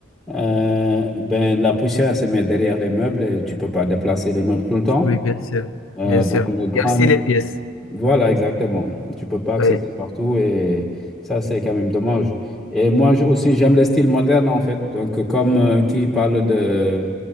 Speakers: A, in the centre; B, on the left.
A: euh, ben, la poussière se met derrière les meubles et tu peux pas déplacer les meubles tout le temps.
B: Oui, bien sûr,
A: Euh,
B: bien sûr.
A: donc, le grand,
B: Et aussi les pièces.
A: voilà, exactement. Tu peux pas accéder
B: Oui.
A: partout et ça, c'est quand même dommage. Et moi je- aussi, j'aime le style moderne en fait. Donc, euh, comme euh, qui parle de,